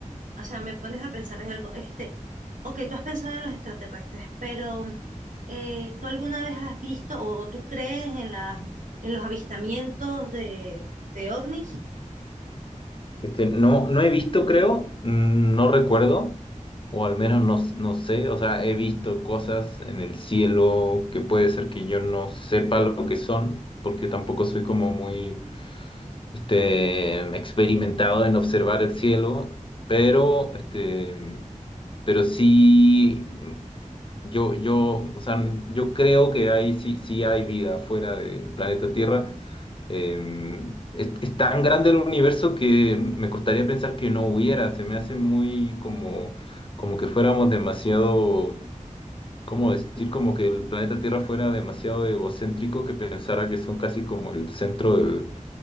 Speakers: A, on the right (about 75°); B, on the left (about 40°).
A: O sea, me pones a pensar en algo, este, ok, tú has pensado en los extraterrestres, pero eh, ¿tú alguna vez has visto o, o tú crees en las, en los avistamientos de, de ovnis?
B: Este, no, no he visto, creo, mm, no recuerdo, o al menos no, s- no sé, o sea, he visto cosas en el cielo que puede ser que yo no sepa lo que son, porque tampoco soy como muy este, experimentado en observar el cielo, pero, este, pero sí yo, yo, o sea, yo creo que ahí sí, sí hay vida fuera del planeta Tierra. Eh, es, es tan grande el universo que me costaría pensar que no hubiera. Se me hace muy como, como que fuéramos demasiado, ¿cómo decir? Como que el planeta Tierra fuera demasiado egocéntrico que pensara que son casi como el centro del-